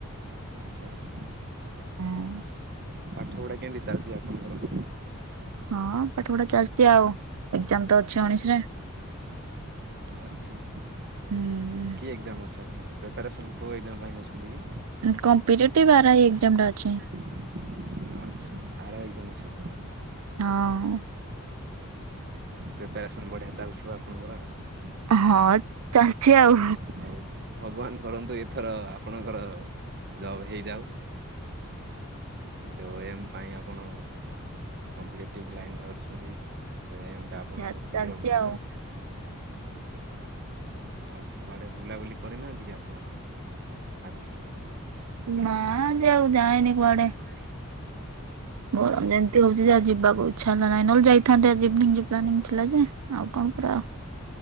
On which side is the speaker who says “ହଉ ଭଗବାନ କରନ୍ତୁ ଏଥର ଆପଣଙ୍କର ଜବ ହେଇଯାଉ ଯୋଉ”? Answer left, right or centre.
Right